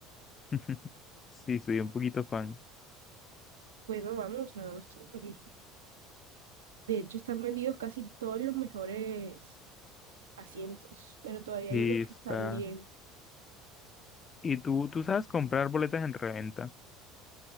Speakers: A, on the left; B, on the right.
A: <laughs> Sí, soy un poquito fan.
B: bueno, vamos, hagamos todo por ir. De hecho, están vendidos casi todos los mejores asientos, pero todavía
A: Sí,
B: hay unos que
A: está.
B: están bien.
A: Y tú, tú sabes comprar boletas en reventa.